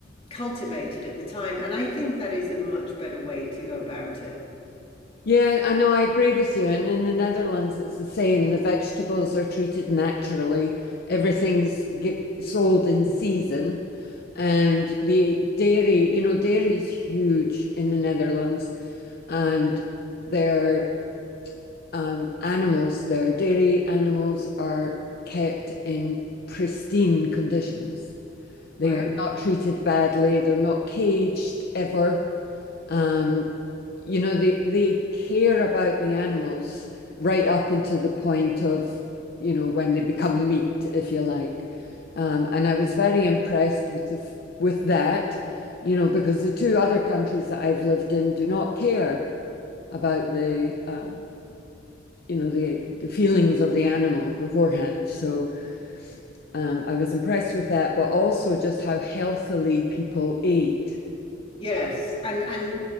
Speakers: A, on the left (about 30°); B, on the left (about 50°).
A: cultivated at the time. And I think that is a much better way to go about it.
B: Yeah, I know, I agree with you. And in the Netherlands, it's the same. The vegetables are treated naturally. Everything's give, sold in season. And the dairy, you know, dairy is huge in the Netherlands. And their um, animals, their dairy animals are kept in pristine conditions.
A: Right.
B: They are not treated badly. They're not caged ever. Um, you know, they they care about the animals right up into the point of, you know, when they become meat, if you like. Um, and I was very impressed with the with that, you know, because the two other countries that I've lived in do not care about the um, you know, the the feelings of the animal beforehand. So um, I was impressed with that, but also just how healthily people ate.
A: Yes, and and